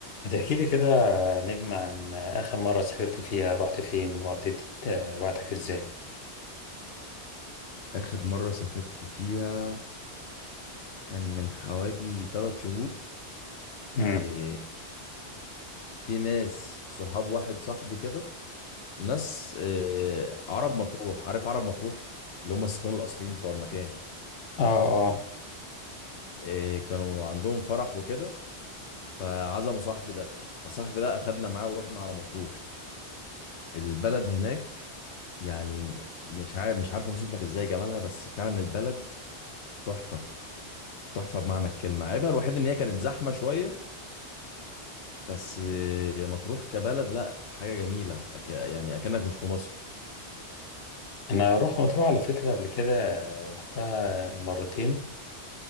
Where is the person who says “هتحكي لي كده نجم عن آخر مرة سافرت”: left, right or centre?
Left